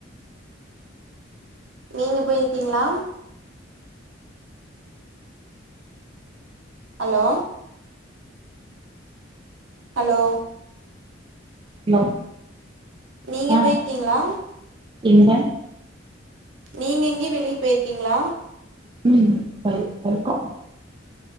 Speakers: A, on the right (about 75°); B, on the right (about 25°).
A: நீங்க போயிருக்கீங்களா ஹலோ ஹலோ
B: ஹலோ
A: நீங்க
B: ஆ
A: போயிருக்கீங்களா
B: எங்க
A: நீங்க எங்கியு வெளியே போயிருக்கீங்களா
B: ம் போய் போயிருக்கோ